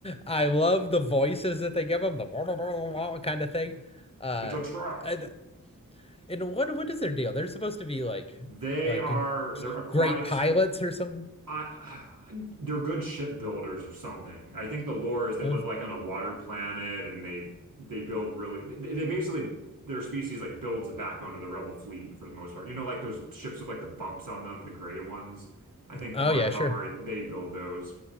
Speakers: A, on the left (about 15°); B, on the right (about 80°).
A: I love the voices that they give them, the <laughs> kind of thing. Uh
B: It's a trap.
A: and, and what what is their deal? They're supposed to be like
B: They
A: like
B: are they're aquatic
A: great pilots
B: spe
A: or something.
B: I they're good shipbuilders or something. I think the lore is they
A: Oh,
B: live like on a water planet and they they build really they, they basically their species like builds the backbone of the rebel fleet for the most part. You know, like those ships with like the bumps on them, the gray ones. I think
A: oh
B: the Mon
A: yeah,
B: Calamari
A: sure.
B: they build those,